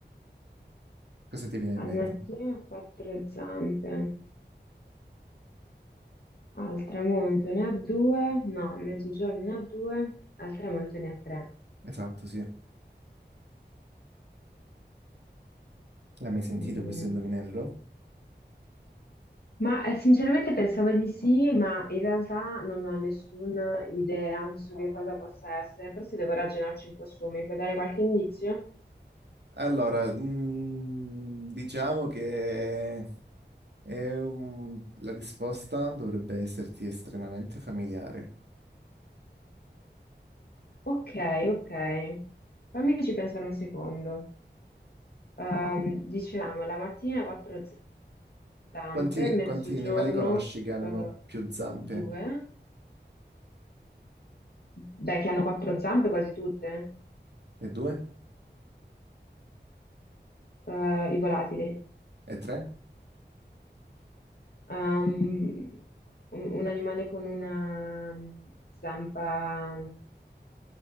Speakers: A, on the right; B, on the left.
A: Cosa ti viene
B: Al
A: in mente?
B: mattino ha quattro zampe, al tramonto ne ha due, no, a mezzogiorno ne ha due, al tramonto ne ha tre.
A: Esatto, sì. L'hai mai sentito
B: Mm.
A: questo indovinello?
B: Ma eh, sinceramente pensavo di sì, ma in realtà non ho nessuna idea su che cosa possa essere. Forse devo ragionarci un po' su, mi puoi dare qualche indizio?
A: Allora, mm, diciamo che è un- la risposta dovrebbe esserti estremamente familiare.
B: Ok, ok. Fammici pensare un secondo. Ehm, dicevamo, la mattina quattro zampe,
A: Quanti,
B: mezzogiorno
A: quanti animali conosci che hanno
B: eh,
A: più zampe?
B: due. Beh, che hanno quattro zampe quasi tutte,
A: E due?
B: eh, i volatili.
A: E tre?
B: Ehm, un, un animale con una mm, zampa